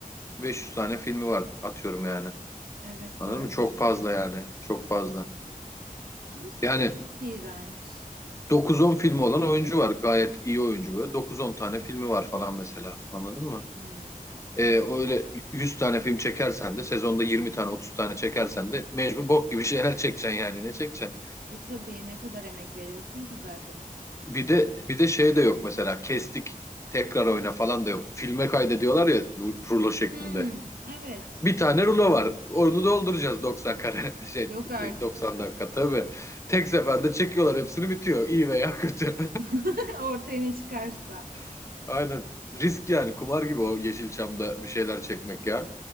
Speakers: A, on the left (about 20°); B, on the right (about 85°).
A: 500 tane filmi var atıyorum yani.
B: Evet
A: Anladın
B: vardır.
A: mı? Çok fazla yani. Çok fazla.
B: Kimisi
A: Yani
B: de çok iğrenç.
A: dokuz on filmi olan oyuncu var. Gayet iyi oyuncu böyle. dokuz on tane filmi var falan mesela. Anladın mı?
B: Hmm.
A: Ee, öyle 100 tane film çekersen de sezonda 20 tane 30 tane çekersen de mecbur bok gibi <laughs> şeyler çekeceksin yani ne çekeceksin?
B: E tabii ne kadar emek veriyorsun ki zaten ona.
A: Bir de bir de şey de yok mesela kestik tekrar oyna falan da yok. Filme kaydediyorlar ya bu rulo şeklinde.
B: Hmm, evet.
A: Bir tane rulo var. Onu dolduracağız 90 kare <laughs> şey
B: Yok artık.
A: 90 dakika tabii. Tek seferde çekiyorlar hepsini bitiyor. İyi veya kötü.
B: <laughs> Ortaya ne çıkarsa.
A: <laughs> Aynen. Risk yani kumar gibi o Yeşilçam'da bir şeyler çekmek ya.